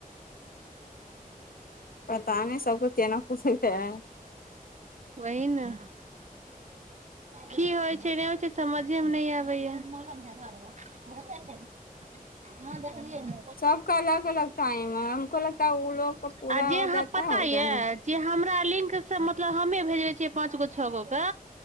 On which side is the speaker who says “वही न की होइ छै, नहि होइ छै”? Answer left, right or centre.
Right